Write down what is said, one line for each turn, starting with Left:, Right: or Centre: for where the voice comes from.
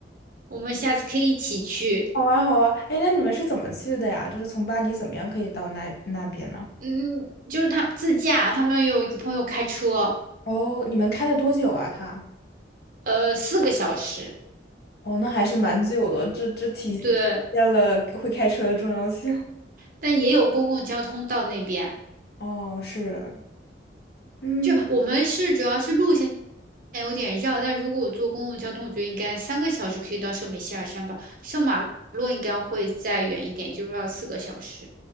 Right: 我们下次可以一起去。
Left: 好啊，好啊，哎，那你们是怎么去的呀？就是从巴黎怎么样可以到那那边呢？
Right: 嗯，就是他自驾，他们有一个朋友开车，
Left: 哦，你们开了多久啊？他？
Right: 呃，四个小时。
Left: 哦，那还是蛮久的，这这体体现了会开车的重要性。
Right: 对。但也有公共交通到那边。
Left: <laughs> 哦，是，嗯，
Right: 就我们是主要是路线有点绕，但如果我坐公共交通，我觉得应该三个小时可以到圣米歇尔山吧。圣马洛应该会再远一点，就是要四个小时。